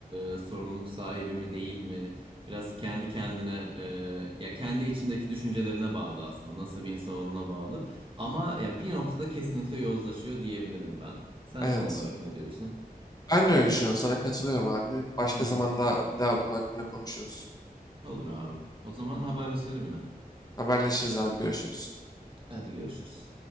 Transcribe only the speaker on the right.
e, sorumluluk sahibi mi değil mi? Biraz kendi kendine, e, ya kendi içindeki düşüncelerine bağlı aslında. Nasıl bir insan olduğuna bağlı. Ama ya bir noktada kesinlikle yozlaşıyor diyebilirim ben. Sen
son olarak ne diyorsun?
Hı hı.
Olur abi. O zaman haberleşelim yine.
Hadi görüşürüz.